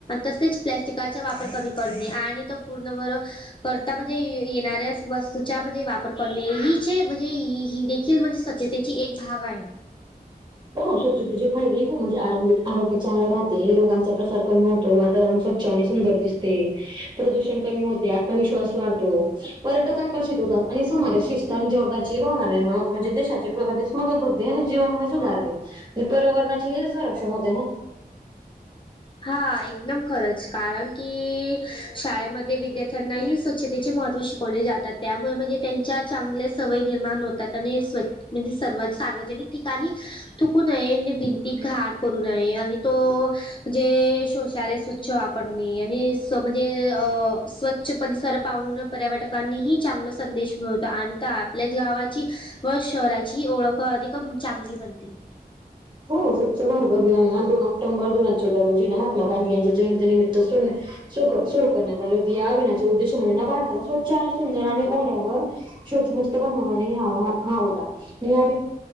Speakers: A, on the left; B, on the right.
A: तसेच प्लॅस्टिकाचा वापर कमी करणे आणि तो पूर्ण बर करता म्हणजे येणाऱ्या वस्तूचा म्हणजे वापर करणे. हिचे म्हणजे हीही देखील म्हणजे म्हणे त्याची एक भाग आहे.
B: हो स्वचछतेची फायदे खूप म्हणजे आरोग्य चांगलं राहते. रोगां चा प्रसार कमी होतो. वातावरण स्वच्छ आणि सुंदर दिसते. प्रदूषण कमी होते. आत्मविश्वास वाढतो. पर्यटक आकर्षित होतात. आणि समाजा जबाबदाची भावना निर्माण होत. म्हणजे देशाची प्रगतीस मदत होते. आणि जीवन पण सुधार आणि पर्यावरणाचे ही संरक्षण होते ना.
A: हा एकदम खरंच कारण की, शाळेमध्ये विद्यार्थ्यांनाही स्वच्छतेचे महत्त्वा शिकवले जातात. त्यामुळे म्हणजे त्यांच्या चांगल्या सवयी निर्माण होतात. त्यात आणि स्व म्हणजे सर्व सार्वजनिक ठिकाणी थुकू नये भिंती आणि घान करू नये आणि तो जे शौचालय असत स्वच्छ वापरणे, आणि स म्हणजे अ स्व स्वच्छ परिसर पाहून पर्यटकांनीही चांगला संदेश मिळवतो, आणि आपल्या गावाची व शहराची ओळख अधिक चांगली बनते.
B: हो स्वच्छ भारत अभियान, ना दो ऑक्टोबर दोनहजार चौदा रोजी ना महात्मा गांधी यांच्या जयंती निमित्त सुरू करण्यात आले हो या आभिनाचे उद्देश म्हणणे ना, भारताला स्वच्छ आणि सुंदर, आणि ओढ्यावर. शोचमुक्त बनवणे हा होता. या